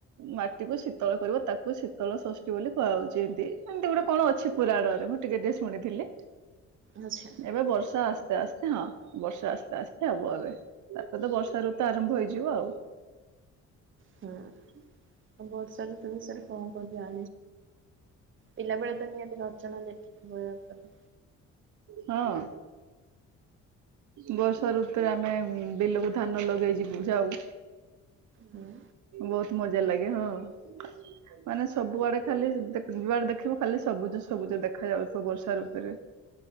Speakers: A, on the right; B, on the right.
A: ମାଟି କୁ ଶୀତଳ କରିବ ତାକୁ ଶୀତଳ ଷଷ୍ଠୀ ବୋଲି କୁହାହାଉଛି, ଏମିତି ଏମତି ଗୋଟେ କଣ ଅଛି। ପୁରା ଆଡରେ ମୁଁ ଟିକେ ଟିକେ ଶୁଣିଥିଲି
B: ଆଚ୍ଛା
A: ଏବେ ବର୍ଷା ଆସି ଆସ୍ତେ ଆସ୍ତେ ହଁ, ବର୍ଷା ଆସ୍ତେ ଆସ୍ତେ ହବ ଏବେ, ତାପରେ ତ ବର୍ଷା ଋତ ଆରମ୍ଭ ହେଇଯିବ ଆଉ।
B: ହଁ ଆ ପିଲାବେଳେ ତ ନିହାତି ୟା ଉପରେ
A: ହଁ ଅଁ ବର୍ଷା ଋତୁରେ ଆମେ ବିଲକୁ ଧାନ ଲଗାଇ ଯିବୁ ଯାଉ।
B: ହୁଁ ଉଁ
A: ବହୁତ ମଜା ଲାଗେ ହଁ। ମାନେ ସବୁଆଡେ ଖାଲି ଯୁଆଡେ ଦେଖିବୁ ଖାଲି ସବୁଜ ସବୁଜ ଦେଖା ଯାଉଥିବ ବର୍ଷା ଋତୁରେ।